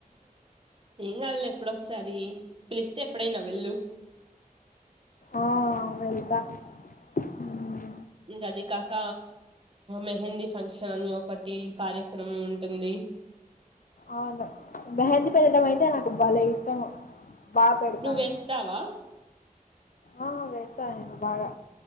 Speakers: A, on the right; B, on the left.
A: ఏం కాదులే ఎప్పుడొ ఒకసారి పిలిస్తే ఎప్పుడైనా వెళ్ళు
B: ఆ వెళ్తా ఉమ్,
A: ఇంకా అది కాక మెహందీ ఫంక్షన్ అని ఒకటి కార్యక్రమం ఉంటుంది
B: అవును మెహందీ పెట్టడం అయితే నాకు బలే ఇష్టంము బాగా పెడతానేను
A: నువ్వు వేస్తావా
B: ఆ వేస్తా నేను బాగా